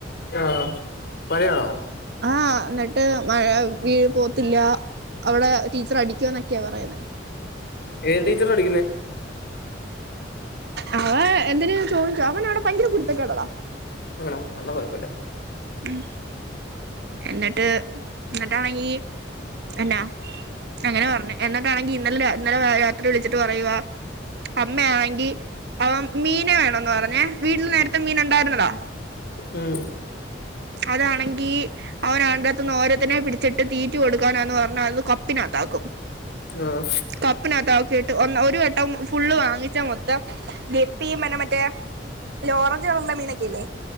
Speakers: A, on the left; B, on the right.
A: ആഹ് മഴയാണോ
B: ആഹ് എന്നിട്ട് മഴ വീഴ് പോത്തില്ല അവടെ ടീച്ചറ് അടിക്കുന്നൊക്ക് ക്കെയാ പറയുന്നേ
A: ഏത് ടീച്ചറാ അടിക്കുന്നേ?
B: അവൻ എന്തിര് ചോദിച്ചോ അവനവിടെ ഭയങ്കര കുരുത്തക്കേടാ ഡാ
A: ആണോ എന്നാ കൊഴപ്പില്ല
B: ഉം എന്നിട്ട് എന്നിട്ടാണെങ്കി എന്നാ അങ്ങനാ പറഞ്ഞേ എന്നിട്ടാണെങ്കി ഇന്നലെ രാ ഇന്നലെ രാത്രി വിളിച്ചിട്ട് പറയുവാ അമ്മ ആണെങ്കി അപ്പ മീനെ വേണന്ന് പറഞ്ഞേ വീട്ടിൽ നേരത്തെ മീൻ ഉണ്ടായിരുന്നതാ
A: ഉം
B: അതാണെങ്കി അവൻ അതിൻറെ അകത്തുന്ന് ഓരോത്തിനെ പിടിച്ചിട്ട് തീറ്റി കൊടുക്കാനാന്ന് പറഞ്ഞ് അത് കപ്പിനകത്താക്കും.
A: ആഹ്
B: കപ്പിനകത്താ <unintelligible> കേട്ട് ഒ ഒരു വട്ടം ഫുള്ള് വാങ്ങിച്ചാ മൊത്തം ഗപ്പിയും പിന്നെ മറ്റേ ഓറഞ്ച് കളറിലെ മീനൊക്കെ ഇല്ലേ